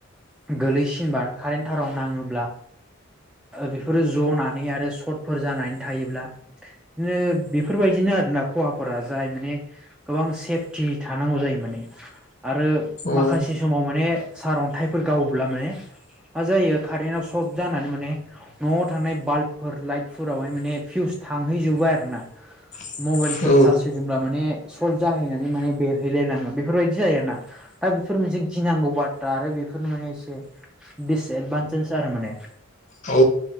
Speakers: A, in the centre; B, on the left (about 35°).
A: गोलैसिनबा कारेन्ट थाराव नाङोब्ला बेफोरो जनानै आरो सटफोर जानानै थायोब्ला बिदिनो बेफोरबायदिनो नो आरो ना खहाफोरा जाय माने गोबां सेफटि थानांगौ जायो माने। आरो
B: औ
A: माखासे समाव माने सारअन्थाइफोर गावोब्ला माने मा जायो कारेन्टआव सट जानानै माने न'आव थानाय बाल्बफोर लाइटफोरावहाय माने फिउस थांहैजोबो आरोना।
B: <unintelligible>
A: मबाइलफोर
B: औ
A: चार्ज होदोंब्ला माने सर्ट जाहैनानै माने बेरहैलायलाङो बेफोरबायदि जायो आरोना। दा बेफोर मोनसे गिनांगौ बा दा आरो बेफोर माने एसे दिसएदभान्टेज आरो माने
B: औ